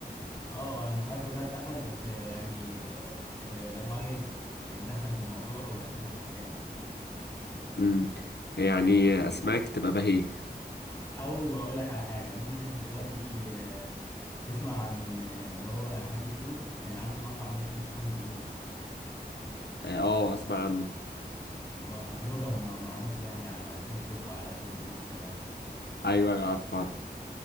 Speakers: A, on the left; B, on the left.
A: اه المحلات كلها اتقفلت بس يعني آه، آه، الرئيس اتدخل في الموضوع وفتح التاني
B: امم يعني اسماك تبقى بهيج
A: او اقول لك على حاجه ممكن تودي آه، تسمع عن آه، اللي هو هاني فود كان عامل مطعم اسمه شيران بزون
B: اه آه، اسمع عنه
A: هو بلوجر مع- معروف يعني على تيك توك وعلى فيسبوك كمان
B: ايوه أيوة، عارفه عارفه